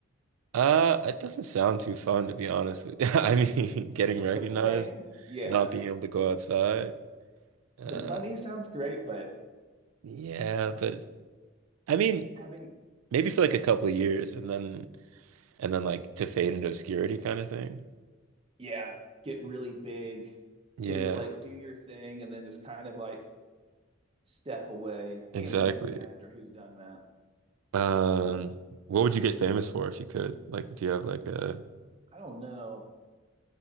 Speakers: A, on the right (about 80°); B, on the right (about 25°).
A: uh, it doesn't sound too fun to be honest with you. <laughs> I mean, getting recognized,
B: the fame, yeah.
A: not being able to go outside. Uh,
B: The money sounds great, but
A: yeah,
B: like
A: but I mean,
B: having,
A: maybe for like a couple of years and then and then like to fade into obscurity kind of thing.
B: yeah, get really big,
A: Yeah,
B: do like do your thing, and then just kind of like step away. I can't
A: exactly.
B: even think of an actor who's done that,
A: Um,
B: but
A: what would you get famous for if you could? Like, do you have like
B: ooh,
A: a,
B: I don't know.